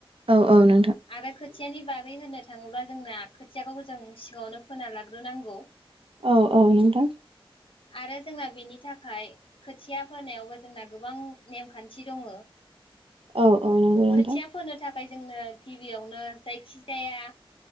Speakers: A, on the right; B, on the left.
A: औ औ नोंथां।
B: आरो खोथियानि बागै होननो थाङोब्ला जोंना खोथियाखौ जों सिङावनो फोना लाग्रोनांगौ।
A: औ औ नोंथां
B: आरो जोंना बेनि थाखाय खोथिया फोनोनायावबो जोंना गोबां नेमखान्थि दङ।
A: औ औ नंगौ नोंथां
B: खोथिया फोनो थाखाय ओमफ्राय जोंनो गिबियावनो जायखि जाया